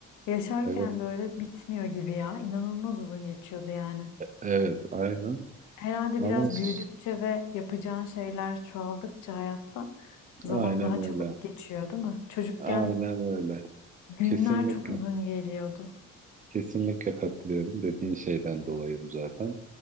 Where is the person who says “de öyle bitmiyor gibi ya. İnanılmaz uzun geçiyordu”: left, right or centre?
Left